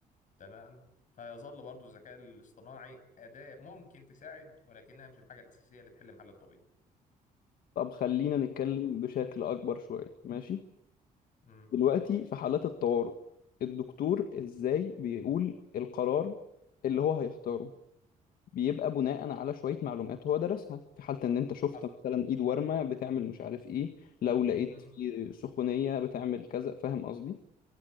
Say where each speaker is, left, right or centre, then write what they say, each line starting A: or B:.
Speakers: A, on the left; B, on the left.
A: تمام فيظل برضو الذكاء الاصطناعي اداه ممكن تساعد ولكنها مش الحاجه الاساسيه اللي تحل محل الطبيب
B: طب خلينا نتكلم
A: فاهمني؟
B: بشكل أكبر شوية ماشي
A: امم
B: دلوقتي في حالات الطوارئ الدكتور إزاي بيقول القرار اللي هو هيختاره بيبقى بناء على شوية معلومات هو درسها في حالة إن أنت شفت
A: حصل
B: مثلا إيد ورمة بتعمل مش عارف إيه لو لقيت
A: امم
B: في سخونية بتعمل كذا فاهم قصدي